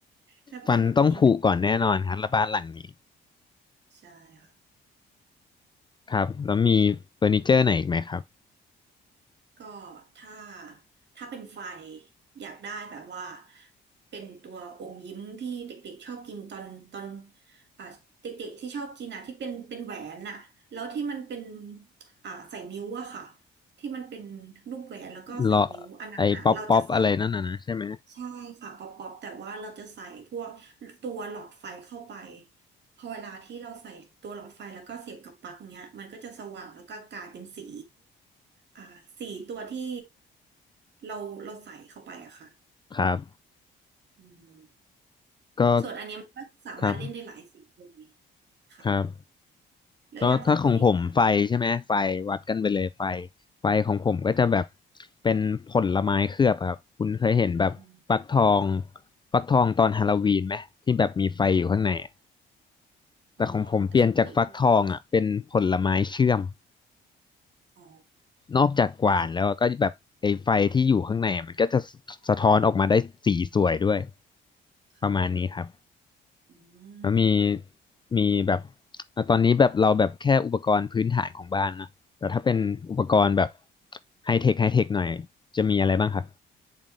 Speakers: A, on the right (about 60°); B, on the left (about 25°).
A: ถ้าเป็นแบบกินเป็น
B: ฟันต้องผุก่อนแน่นอนครับและบ้านหลังนี้
A: ใช่ค่ะ
B: ครับแล้วมีเฟอร์นิเจอร์ไหนอีกไหมครับ
A: ก็ถ้าถ้าเป็นไฟอยากได้แบบว่าเป็นตัวอมยิ้มที่เด็กๆชอบกินตอนตอนอ่าเด็กๆที่ชอบกินอ่ะที่เป็นเป็นแหวนอ่ะแล้วที่มันเป็นอ่าใส่นิ้วอะค่ะที่มันเป็นรูปแหวนแล้วก็ใส่นิ้วอันนั้นอ่ะเราจะใส่
B: เลาะไอ้ป๊อปป๊อปอะไรนั่นน่ะนะใช่ไหม
A: ใช่ค่ะป๊อปป๊อปแต่ว่าเราจะใส่พวกตัวหลอดไฟเข้าไปพอเวลาที่เราใส่ตัวหลอดไฟแล้วก็เสียบกับปลั๊กเนี้ยมันก็จะสว่างแล้วก็กลายเป็นสีอ่าสีตัวที่เราเราใส่เข้าไปอะค่ะ
B: ครับ
A: อืม
B: ก็
A: ส่วนอันเนี้ยมันก็สามารถเล่นได้หลายสีเลย
B: ครับ
A: ค่ะ
B: ครับ
A: แล้วอย่างของคุณนี่จะ
B: ก็ถ้าของผมไฟใช่ไหมไฟวัดกันไปเลยไฟไฟของผมก็จะแบบเป็นผลไม้เคลือบครับคุณเคยเห็นแบบฟักทอง
A: อืมค่ะ
B: ฟักทองตอนฮาโลวีนไหมที่แบบมีไฟอยู่ข้างในอะแต่ของผมเปลี่ยนจากฟักทองอ่ะเป็นผลไม้เชื่อม
A: อ๋อไอ้สีชมพูใช่ไหมคะอ๋อ
B: นอกจากหวานแล้วก็แบบไอ้ไฟที่อยู่ข้างในอะมันก็จะ
A: น่าสนใจ
B: สะท้อนออกมาได้สีสวยด้วย
A: ค่ะ
B: ประมาณนี้ครับ
A: อื
B: แล้วมี
A: ม
B: มีแบบอ่ะตอนนี้แบบเราแบบแค่อุปกรณ์พื้นฐานของบ้านนะแต่ถ้าเป็นอุปกรณ์แบบไฮเทคไฮเทคหน่อยจะมีอะไรบ้างครับ